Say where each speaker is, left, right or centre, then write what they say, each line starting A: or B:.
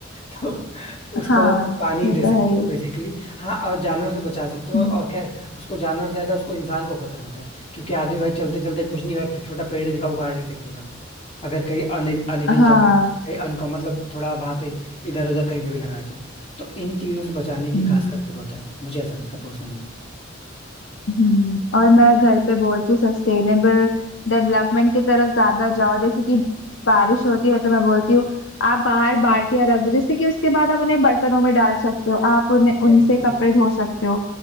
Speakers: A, on the left (about 30°); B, on the left (about 75°).
A: तो उसको
B: हाँ
A: पानी ही
B: ये
A: दे
B: तो
A: सकते
B: है ही
A: हो बेसिकली हाँ और जानवर से बचा सकते हो
B: हम्म।
A: और खैर उसको जानवर से ज्यादा उसको इंसान को खतरा होता है क्योंकि आदमी भाई चलते चलते कुछ नहीं भाई पि- छोटा पेड़ दिखा उखाड़ के फेंक देगा अगर कहीं अन अनइवन
B: हाँ
A: जगह कहीं अनका मतलब थोड़ा वहां पे इधर उधर कहीं पे भी लगाए तो तो इन चीजों से बचाने की
B: हम्म
A: खासकर जरूरत है मुझे ऐसा लगता है पर्सनली
B: हम्म और मैं घर पे बोलती हूँ सस्टेनेबल डेवलपमेंट की तरफ ज्यादा जाओ जैसे कि बारिश होती है तो मैं बोलती हूँ आप बाहर बाल्टियां रख दो जैसे कि उसके बाद आप उन्हें बर्तनों में डाल सकते हो आप उन्हें
A: एग्जैक्टली
B: उनसे कपड़े धो सकते हो